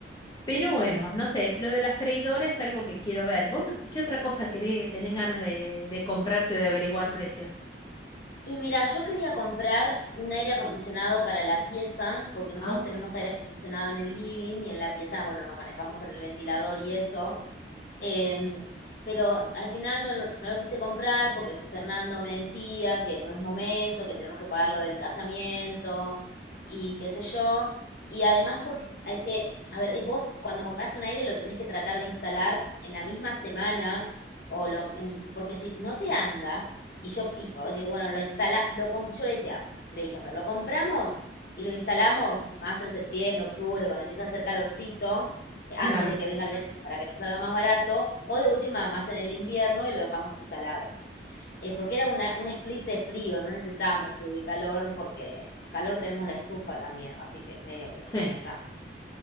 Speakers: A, on the left (about 20°); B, on the left (about 55°).
A: Pero bueno, no sé, lo de la freidora es algo que quiero ver. ¿Vos qué otra cosa querés, tenés ganas de, de comprarte o de averiguar precio?
B: Y mira, yo quería comprar un aire acondicionado para la pieza, porque nosotros
A: Ah,
B: tenemos aire acondicionado en el living y en la pieza, bueno, nos manejamos con el ventilador y eso. em, pero al final no, lo- no lo quise comprar porque Fernando me decía que no es momento, que tenemos que pagar lo del casamiento y qué sé yo. Y además porque hay que, a ver, eh, vos cuando compras un aire lo tenés que tratar de instalar en la misma semana o lo, en- porque si no te anda y yo y digo, bueno, lo instala, lo, com- yo le decía, le dije a Fer, lo compramos y lo instalamos más en septiembre, octubre, cuando empieza a hacer calorcito, eh,
A: claro,
B: antes de que venga el verano, para que nos salga más barato, o de última, más en el invierno y lo dejamos instalado. Eh, porque era una, un split de frío, no necesitábamos frío y calor, porque calor tenemos la estufa también, así que medio que
A: sí.
B: ya está.